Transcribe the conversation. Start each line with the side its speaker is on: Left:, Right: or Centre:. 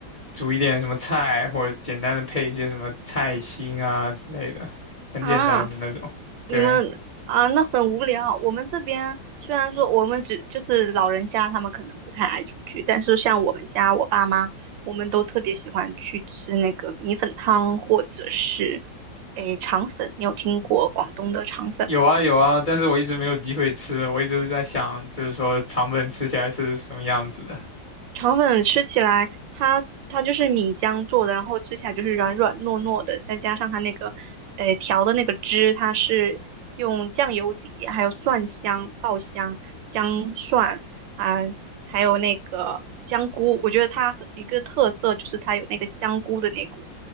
Left: 煮一点什么菜，或者简单的配一些什么菜心啊之类的，很简单的那种。
Right: 啊。你们啊，
Left: 对，
Right: 那很无聊。我们这边虽然说我们只就是老人家，他们可能不太爱出去，但是像我们家我爸妈，我们都特别喜欢去吃那个米粉汤或者是诶肠粉。你有听过广东的肠粉吗？
Left: 有啊有啊，但是我一直没有机会吃，我一直在想，就是说肠粉吃起来是什么样子的。
Right: 肠粉吃起来，它它就是米浆做的，然后吃起来就是软软糯糯的，再加上它那个，呃，调的那个汁，它是用酱油底，还有蒜香、爆香、姜蒜啊、还有那个香菇。我觉得它很一个特色就是它有那个香菇的那股